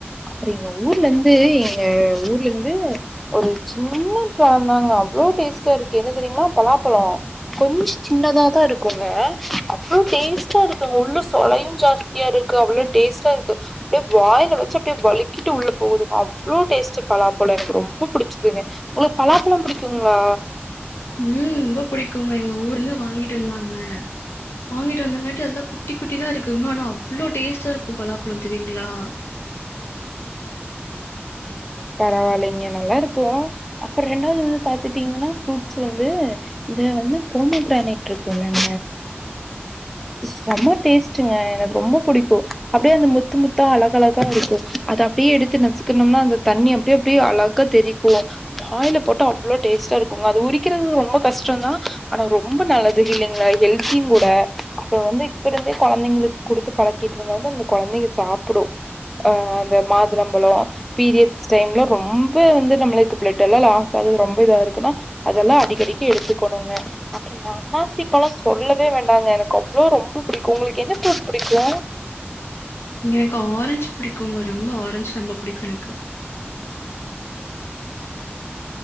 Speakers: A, in the centre; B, on the left.
A: அப்ரீங்கோ ஊர்லிந்து எங்க ஊர்ல இருந்து ஒரு சின்ன பழந்தாங்க அவ்ளோ டேஸ்டா இருக்கு என்ன தெரியுங்குலா பலாப்பழோ கொஞ்சு சின்னதாத இருக்குங்கா அவ்ளோ டேஸ்டா இருக்குங்க உள்ள சொளையு ஜாஸ்தியா இருக் க்கு அவ்வுளோ டேஸ்டா இருக்கு அப்டியே வாயில வெச்சு அப்டியே வலிக்கிட்டு உள்ள போகுதுங்க அவ்வுளோ டேஸ்ட் பலாப்பழ எனக் ரொம்ப புடுச்சதுங்க உங்குளுக்கு பலாப்பழோ புடிக்குங்களா
B: உம் ரொம்ப புடிக்குங்க எங்க ஊர்ல வாங்கிட்டு வந்தாங்க வாங்கிட்டு வந்தங்காட்டி அதெல்லா குட்டி குட்டி தா இருக் க்குங்க அனா அவ்வுளோ டேஸ்ட்டா இருக்கு பலாப்பழோ தெரியுங்களா
A: பரவாலிங்க நல்லா இருக்கு அப்புற ரெண்டாவது வந்து பாத்துட்டீங்கன்னா ஃப்ரூட்ஸ் வந்து இந்த வந்து போமோ பிரானிட் இருக்குல்லங்க <unintelligible> செம டேஸ்டுங்க எனக் ரொம்ப பிடிக்கு அப்டியே அந்த முத்து முத்தா அழக அழகா இருக்கு அத அப்டியே எடுத்து நசுக்கணும்னா அந்த தண்ணி அப்டி அப்டியே அழகா தெரிக்கு வாயில போட்டு அவ்ளோ டேஸ்ட்டா இருக்குங்க அது உரிக்கிறது ரொம்ப கஷ்டோதா அனா ரொம்ப நல்லது இல்லைங்குள ஹெல்த்தியு கூட அப்புற வந்து இப்ப இருந்தே கொழந்தைங்களுக் குடுத்து பழக்கிட்டு இருந்தாத அந்த கொழந்திங்க சாப்புடு ஆ அந்த மாதுளம்பழோ பீரிய ஸ் டைம்ல ரொம்ப வந்து நம்ளுக் பிளட் எல்லா லாஸ் ஆகுது ரொம்ப இதா இருக்குன்னா அதுலா அடிக்கடிக்க எடுத்துக்கோணுங்க அப்புறோ இந்த அண்ணாசி பழோ சொல்லவே வேண்டாங்க எனக் அவ்ளோ ரொம்ப பிடிக்கு உங்குளுக்கு என்ன ஃப்ருட்ஸ் பிடிக்கு
B: எனக் ஆரஞ்சு புடிக்குங்க ரொம்ப ஆரஞ்சு ரொம்ப புடிக்கு எனக்கு